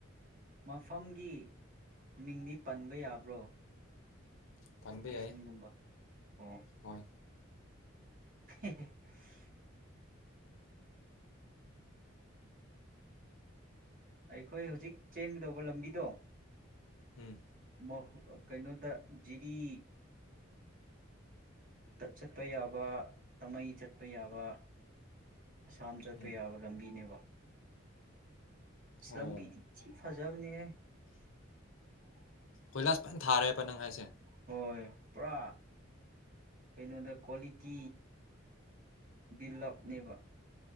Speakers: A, on the right; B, on the left.
A: ꯃꯐꯝꯒꯤ ꯃꯤꯡꯗꯤ ꯄꯟꯕ ꯌꯥꯕ꯭ꯔꯣ
B: ꯄꯟꯕ
A: ꯂꯣꯀꯦꯁꯟꯒꯨꯝꯕ
B: ꯌꯥꯏ
A: ꯑꯣ
B: ꯍꯣꯏ
A: <unintelligible> ꯑꯩꯈꯣꯏ ꯍꯧꯖꯤꯛ ꯆꯦꯟꯒꯗꯧꯕ ꯂꯝꯕꯤꯗꯣ
B: ꯎꯝ
A: ꯃꯍꯨ ꯑꯥ ꯀꯩꯅꯣꯗ ꯖꯤꯔꯤ ꯗꯥ ꯆꯠꯄ ꯌꯥꯕ ꯑꯃꯩ ꯆꯠꯄ ꯌꯥꯕ ꯑꯁꯥꯝ ꯆꯠꯄ
B: ꯎꯝ
A: ꯌꯥꯕ ꯂꯝꯕꯤꯅꯦꯕ ꯏꯁ
B: ꯑꯣ
A: ꯂꯝꯕꯤꯗꯤ ꯊꯤ ꯐꯖꯕꯅꯦꯍꯦ <unintelligible>
B: ꯀꯣꯏꯂꯥꯁ ꯐꯟ ꯊꯥꯔꯦꯕ ꯅꯪ ꯍꯥꯏꯁꯦ
A: ꯍꯣꯏ ꯄꯨꯔꯥ ꯀꯩꯅꯣꯗ ꯀ꯭ꯋꯥꯂꯤꯇꯤ ꯕꯤꯜ ꯑꯞ ꯅꯦꯕ